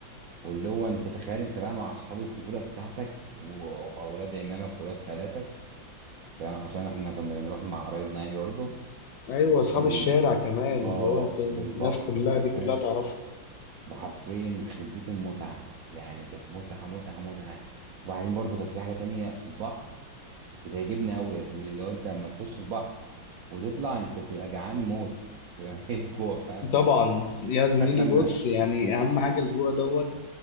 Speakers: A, on the right; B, on the left.
A: واللي هو انت تخيل انت بقى مع اصحاب الطفولة بتاعتك واولاد عمامك واولاد خالاتك فاهم عشان احنا كنا بنروح مع قرايبنا يعني برضه
B: ايوه اصحاب
A: في ال...
B: الشارع
A: في
B: كمان
A: اه
B: اللي هو انت
A: في
B: الناس
A: البحر
B: كلها
A: بقى
B: دي
A: فاهم
B: كلها تعرفها
A: ده حرفيا يخرب بيت المتعه يعني كانت متعه متعه متعه وبعدين برضو كانت في حاجه تانية في البحر بتعجبني قوي يا زميلي اللي هو انت لما تخش البحر وتطلع انت بتبقى جعان موت بتبقى <laughs> ميت جوع فاهم
B: طبعا يا زميلي
A: لما
B: بص يعني اهم حاجة الجوع دوت